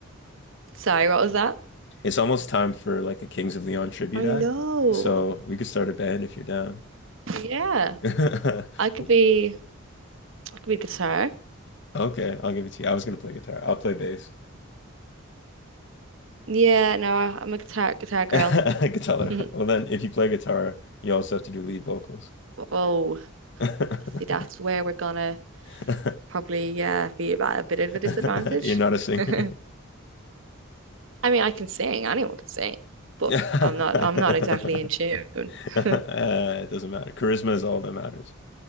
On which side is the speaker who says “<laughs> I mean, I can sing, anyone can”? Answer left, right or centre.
Right